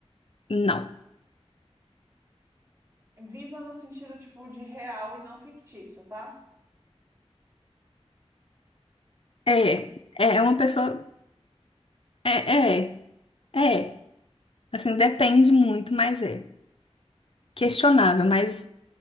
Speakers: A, on the left (about 55°); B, on the right (about 25°).
A: Não.
B: Viva no sentido, tipo, de real e não fictício, tá?
A: É, é uma pessoa. É, é, é. Assim, depende muito, mas é. Questionável, mas